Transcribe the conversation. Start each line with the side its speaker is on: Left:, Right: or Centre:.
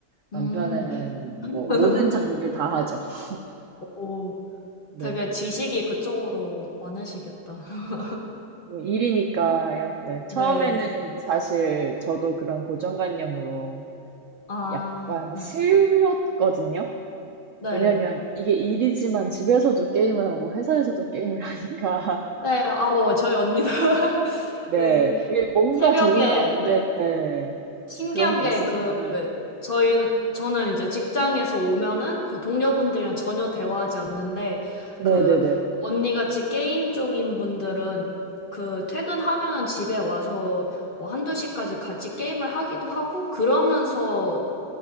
Right: 남편은
Left: 음, <laughs>
Right: 뭐 모든 장르를 다 하죠. <laughs>
Left: 오,
Right: 네.
Left: 되게 지식이 그쪽으로 많으시겠다. <laughs>
Right: 뭐 일이니까요. 네. 처음에는
Left: 네.
Right: 사실 저도 그런 고정관념으로
Left: 아,
Right: 약간
Left: 네.
Right: 싫었거든요.
Left: 네.
Right: 왜냐면 이게 일이지만 집에서도 게임을 하고 회사에서도 게임을 하니까 <laughs>
Left: 네, 아우, 저희 언니도. <laughs>
Right: 네
Left: 네.
Right: 그게 뭔가
Left: 새벽에
Right: 적응이 안
Left: 네.
Right: 됐네
Left: 신기한
Right: 그런 게
Left: 게
Right: 있었는데
Left: 그 저희 저는 이제 직장에서 오면은 그 동료분들이랑 전혀 대화하지 않는데 그
Right: 네네네
Left: 언니같이 게임 쪽인 분들은 그 퇴근하면은 집에 와서 뭐 한두 시까지 같이 게임을 하기도 하고 그러면서